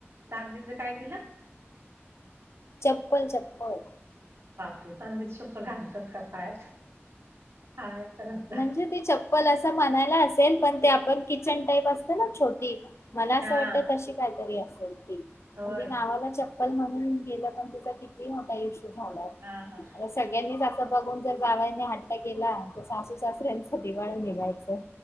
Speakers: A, on the right (about 70°); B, on the left (about 75°).
A: चांदीच काय दिलं?
B: चप्पल चप्पल
A: चांदीच चप्पल घालतात का पायात काय पण आपलं
B: म्हणजे ते चप्पल असं म्हणायला असेल पण ते आपण किचन टाईप असत ना छोटी मला असं
A: हा
B: वाटतंय तशी काहीतरी असेल ती
A: होय
B: पण ती नावाला चप्प चप्पल म्हणून केल तर तिचा किती मोठा इशू झालाय
A: हा हा
B: आता सगळ्यांनीच अस बघून जर जावयांनी हट्ट केला तर सासू सासऱ्यांच दिवाळ निगायचं.